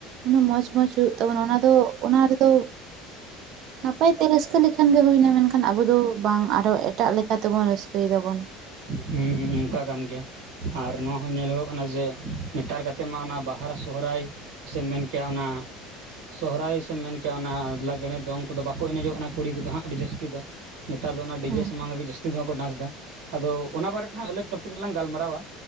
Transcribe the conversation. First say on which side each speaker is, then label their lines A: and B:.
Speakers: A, on the right (about 60°); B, on the right (about 80°).
A: ᱩᱱᱟᱹᱜ ᱢᱚᱸᱡᱽ-ᱢᱚᱸᱡᱽ ᱦᱩᱭᱩᱜ ᱛᱟᱵᱚᱱᱟ ᱚᱱᱟ ᱫᱚ ᱚᱱᱟ ᱨᱮᱫᱚ ᱱᱟᱯᱟᱭ ᱛᱮ ᱨᱟᱹᱥᱠᱟᱹ ᱞᱮᱠᱷᱟᱱ ᱜᱮ ᱦᱩᱭᱱᱟ, ᱢᱮᱱᱠᱷᱟᱱ ᱟᱵᱚ ᱫᱚ ᱵᱟᱝ ᱟᱨᱚ ᱮᱴᱟᱜ ᱞᱮᱠᱟᱛᱮ ᱵᱩᱱ ᱨᱟᱹᱥᱠᱟᱹᱭ ᱫᱟᱵᱚᱱ ᱾
B: ᱦᱩᱸ ᱦᱩᱸ ᱚᱱᱠᱟ ᱠᱟᱱ ᱜᱮᱭᱟ ᱾ ᱟᱨ ᱱᱚᱣᱟ ᱦᱚᱸ ᱧᱮᱞᱚᱜᱚᱜ ᱠᱟᱱᱟ ᱡᱮ ᱱᱮᱛᱟᱨ ᱠᱟᱛᱮᱫ ᱢᱟ ᱚᱱᱟ ᱵᱟᱦᱟ, ᱥᱚᱦᱚᱨᱟᱭ ᱥᱮ ᱢᱮᱱ ᱠᱮᱭᱟ ᱚᱱᱟ ᱥᱚᱦᱨᱟᱭ ᱥᱮᱢ ᱢᱮᱱ ᱠᱮᱭᱟ ᱚᱱᱟ ᱞᱟᱜᱽᱲᱮ, ᱫᱚᱝ ᱠᱚᱫᱚ ᱵᱟᱠᱚ ᱮᱱᱮᱡᱚᱜ ᱠᱟᱱᱟ ᱠᱩᱲᱤ ᱠᱚᱫᱚ ᱦᱟᱸᱜ ᱟᱹᱰᱤ ᱡᱟᱹᱥᱛᱤ ᱫᱚ ᱱᱮᱛᱟᱨ ᱫᱚ ᱚᱱᱟ ᱰᱤᱡᱮ
A: ᱦᱩᱸ
B: ᱥᱟᱢᱟᱝᱜ ᱜᱮ ᱡᱟᱹᱥᱛᱤ ᱫᱚ ᱠᱚ ᱰᱟᱱᱥ ᱫᱟ ᱟᱫᱚ ᱚᱱᱟ ᱵᱟᱨᱮᱛᱮ ᱦᱟᱸᱜ ᱟᱹᱞᱚᱠ ᱴᱚᱯ ᱷᱤᱠ ᱞᱟᱝ ᱜᱟᱞᱢᱟᱨᱟᱣᱟ